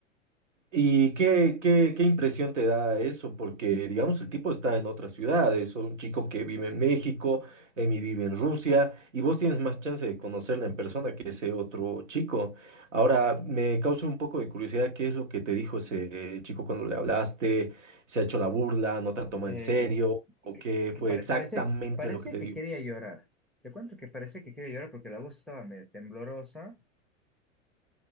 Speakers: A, on the right; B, in the centre.
A: ¿Y qué, qué, qué impresión te da eso? Porque, digamos, el tipo está en otras ciudades, o un chico que vive en México, Emi vive en Rusia, y vos tienes más chance de conocerla en persona que ese otro chico. Ahora, me causa un poco de curiosidad, ¿qué es lo que te dijo ese eh, chico cuando le hablaste? ¿Se ha hecho la burla? ¿No te toma
B: Eh,
A: en serio? ¿O
B: que,
A: qué
B: que
A: fue
B: pare-
A: exactamente
B: parecía, que- parecía
A: lo que te
B: que
A: dijo?
B: quería llorar. Te cuento que parecía que quería llorar porque la voz estaba medio temblorosa.